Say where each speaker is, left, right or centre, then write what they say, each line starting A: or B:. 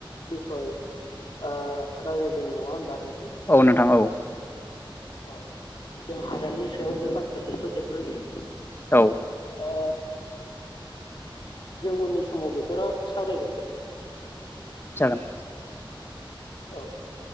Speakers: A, on the left (about 60°); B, on the left (about 25°).
A: बिखय ओ रायज्लायदों नङा होमबा नों
B: औ नोंथां औ
A: औ जों हादाननि सायाव बे बाथ्राखौ फोजोबग्रोनि
B: औ
A: ओ जों उननि समाव बेखौ सावरायगोन।
B: जागोन
A: औ